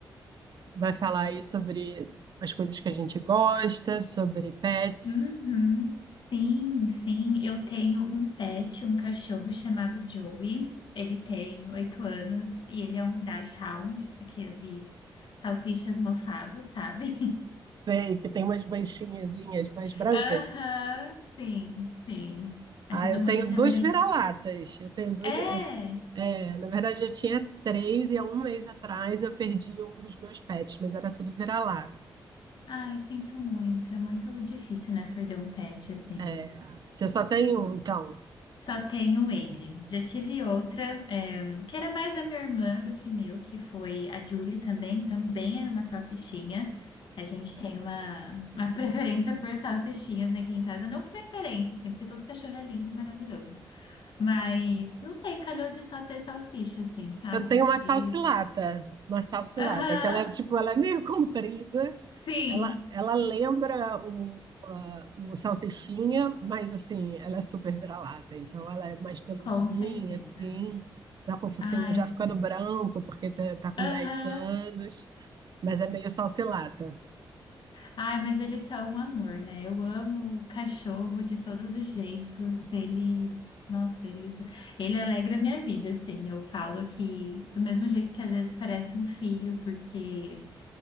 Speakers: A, on the right; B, on the left.
A: vai falar aí sobre as coisas que a gente gosta, sobre pets?
B: Uhum. Sim, sim. Eu tenho um pet, um cachorro chamado Joey. Ele tem oito anos e ele é um dashhound, aqueles salsichas mofados, sabe?
A: Sei que tem umas manchinhazinhas mais
B: <laughs>
A: brancas.
B: Aham, sim, sim. Aí
A: Ah,
B: todo
A: eu
B: mundo
A: tenho
B: chama
A: duas
B: ele
A: vira-latas.
B: de.
A: Eu tenho duas.
B: É!
A: é, na verdade, eu tinha três e há um mês atrás eu perdi um dos meus pets, mas era tudo vira-lata.
B: Ai, sinto muito. É muito difícil, né, perder um pet assim.
A: É, você só tem um, então.
B: Só tenho ele. Já tive outra, eh, que era mais da minha irmã do que meu, que foi a Julie também. Também era uma salsichinha. A gente tem uma, uma <laughs> preferência por salsichinhas aqui em casa. Não preferência, assim, porque todo cachorro é lindo e maravilhoso. Mas, não sei, calhou de só ter salsicha, assim, sabe?
A: Eu tenho uma salsilata,
B: Eles.
A: uma salsilata,
B: Aham,
A: que ela é tipo, ela é meio <laughs> comprida,
B: sim,
A: ela, ela lembra o, a- o salsichinha, mas assim, ela é super vira-lata, então ela é mais peludinha,
B: com certeza.
A: assim, tá com o focinho
B: Ai,
A: já ficando branco, porque tá, tá com
B: aham.
A: 10 anos, mas é meio salsilata.
B: Ai, mas eles são um amor, né? Eu amo o cachorro de todos os jeitos. Eles, nossa, eles, ele alegra a minha vida, assim. Eu falo que do mesmo jeito que às vezes parece um filho, porque